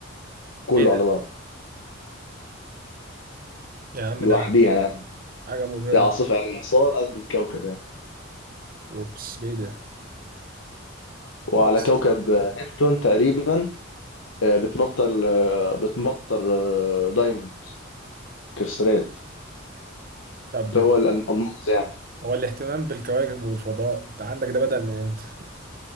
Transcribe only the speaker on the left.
كله
على بعض
لوحديها
يعني
دي عاصفة يعني حصار قد الكوكب يعني
وعلى
كوكب آه، نبتون تقريبا آه، بتمطر آه، بتمطر آه، دايموند كريستالات
اللي هو الألماس يعني